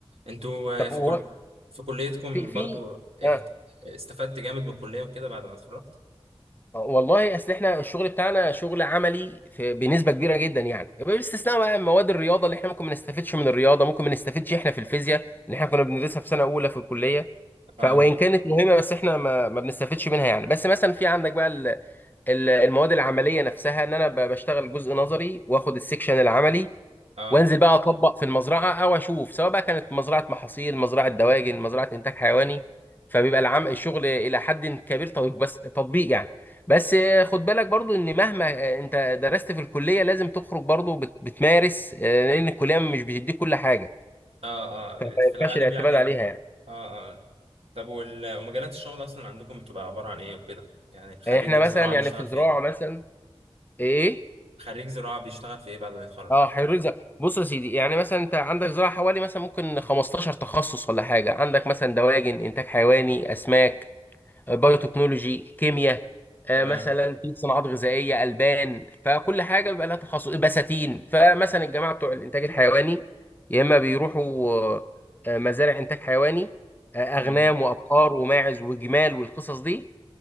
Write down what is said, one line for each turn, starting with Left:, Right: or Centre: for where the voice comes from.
Right: انتوا
Left: طب
Right: آه، في
Left: هو
Right: كل في كليتكم
Left: في في
Right: برضو اهت-
Left: اه
Right: استفدت جامد من الكلية وكده بعد ما اتخرجت
Left: آه، والله اصل احنا الشغل بتاعنا شغل عملي في بنسبه كبيره جدا يعني باستثناء بقى مواد الرياضه اللي احنا ممكن ما نستفدش من الرياضه ممكن ما نستفدش احنا في الفيزياء اللي احنا كنا بندرسها في سنه اولى في الكليه
Right: اه
Left: ف وان كانت مهمه بس احنا ما, ما بنستفدش منها يعني بس مثلا في عندك بقى ال- المواد العمليه نفسها ان انا ب- بشتغل جزء نظري واخد السكشن العملي
Right: اه
Left: وانزل بقى اطبق في المزرعه او اشوف سواء بقى كانت مزرعه محاصيل مزرعه دواجن مزرعه انتاج حيواني فبيبقى العم الشغل الى حد كبير تطبيق بس تطبيق يعني بس آه، خد بالك برضو ان مهما آه، انت درست في الكليه لازم تخرج برضو بت- بتمارس آه، لان الكليه مش بتديك كل حاجه
Right: اه
Left: فما
Right: اه في
Left: ينفعش
Right: الغالب
Left: الاعتماد
Right: يعني
Left: عليها يعني
Right: اه اه طب وال- ومجالات الشغل اصلا عندكم بتبقى عبارة عن ايه وكده يعني خريج
Left: يعني احنا
Right: الزراعة
Left: مثلا يعني
Right: بيشتغل
Left: في
Right: في
Left: زراعه
Right: ايه
Left: مثلا ايه
Right: خريج زراعة بيشتغل في ايه بعد ما يتخرج
Left: اه حريق زراعي بص يا سيدي يعني مثلا انت عندك زراعه حوالي مثلا ممكن 15 تخصص ولا حاجه عندك مثلا دواجن انتاج حيواني اسماك آه، بايوتكنولوجي كيمياء آه،
Right: تمام
Left: مثلا في صناعات غذائيه البان فكل حاجه بيبقى لها تخصص بساتين فمثلا الجماعه بتوع الانتاج الحيواني يا اما بيروحوا آه، آه، مزارع انتاج حيواني آه،
Right: امم
Left: اغنام وابقار وماعز وجمال والقصص دي